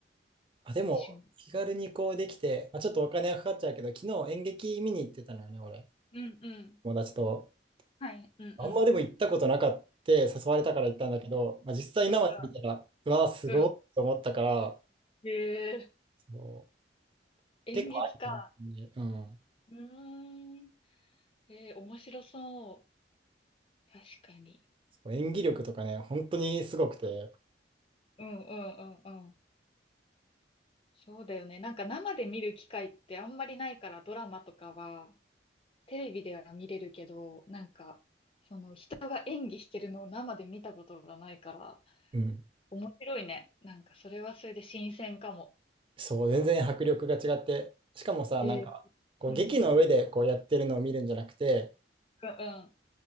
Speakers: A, on the right; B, on the left.
A: あ、でも、
B: いい趣味。
A: 気軽にこうできて、まあ、ちょっとお金がかかっちゃうけど、昨日演劇見に行ってたのよね、俺。
B: うんうん。
A: 友達と。
B: はい、うんうん。
A: あんまでも行ったことなかった、誘われたから行ったんだけど、まあ、実際生で見たら、
B: うん
A: うわー、すごいと思ったから、
B: うん。うん。えー、
A: そう、
B: 演劇か。
A: 結構あるかもしれないうん。
B: うーん。えー、面白そう。確かに。
A: そう演技力とかね、本当にすごくて、
B: うんうんうんうん。そうだよね。なんか生で見る機会ってあんまりないからドラマとかはテレビでは見れるけど、なんかその人が演技してるのを生で見たことがないから
A: うん。
B: 面白いね。なんかそれはそれで新鮮かも。
A: そう、全然迫力が違って、しかもさ、
B: えー、
A: なんか、こう劇の上でこうやってるのを見るんじゃなくて、
B: うん。うん